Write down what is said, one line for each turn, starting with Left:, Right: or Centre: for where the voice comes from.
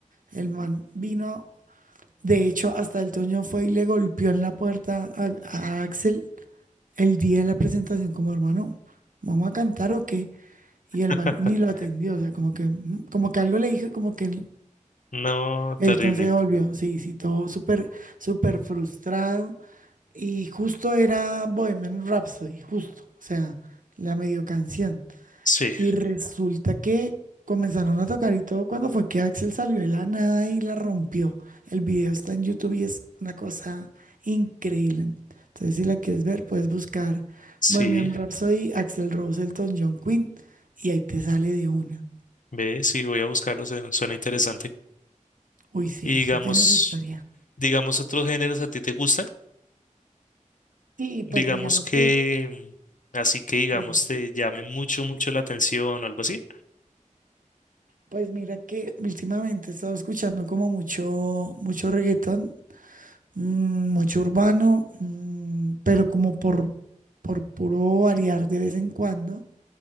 Right: El man vino, de hecho, hasta Elton John fue y le golpeó en la puerta a, a Axel el día de la presentación como hermano, ¿vamos a cantar o qué? Y
Left: <laughs>
Right: el man ni lo atendió, o sea, como que, mm, como que algo le dijo, como que
Left: No,
Right: entonces
Left: terrible.
Right: volvió, sí, sí, todo súper, súper frustrado. Y justo era Bohemian Rhapsody, justo, o sea, la medio canción.
Left: Sí,
Right: Y resulta que comenzaron a tocar y todo cuando fue que Axel salió de la nada y la rompió. El video está en YouTube y es una cosa increíble. Entonces, si la quieres ver, puedes buscar
Left: sí.
Right: Bohemian Rhapsody, Axel Rose, Elton John, Queen, y ahí te sale de una.
Left: Ve, sí, voy a buscarlo. se- Suena interesante.
Right: Uy, sí,
Left: Y
Right: eso
Left: digamos,
Right: tiene su historia.
Left: digamos otros géneros a ti te gustan.
Right: Sí, pues
Left: Digamos
Right: digamos
Left: que,
Right: que...
Left: mm, así que digamos
Right: Dime.
Left: te llamen mucho, mucho la atención o algo así.
Right: Pues mira que últimamente he estado escuchando como mucho, mucho reggaetón, mm, mucho urbano, mm, pero como por, por puro variar de vez en cuando.